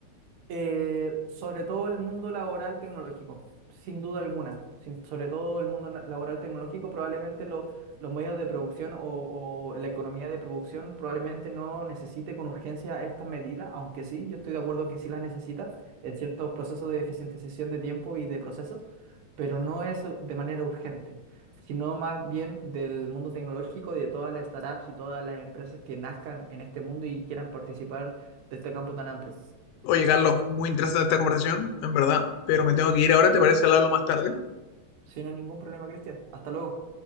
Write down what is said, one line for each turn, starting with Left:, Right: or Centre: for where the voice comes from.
Right: Eh, sobre todo el mundo laboral tecnológico, sin duda alguna. Sin- sobre todo el mundo na- laboral tecnológico, probablemente lo- los medios de producción o, o la economía de producción probablemente no necesite con urgencia estas medidas, aunque sí, yo estoy de acuerdo que sí las necesita en ciertos procesos de eficientización de tiempo y de procesos, pero no es de manera urgente, sino más bien del mundo tecnológico, de todas las startups y todas las empresas que nazcan en este mundo y quieran participar de este campo tan amplio.
Left: Oye, Carlos, muy interesante esta conversación, en verdad, pero me tengo que ir ahora, ¿te parece hablarlo más tarde?
Right: Sin ningún problema, Cristian. Hasta luego.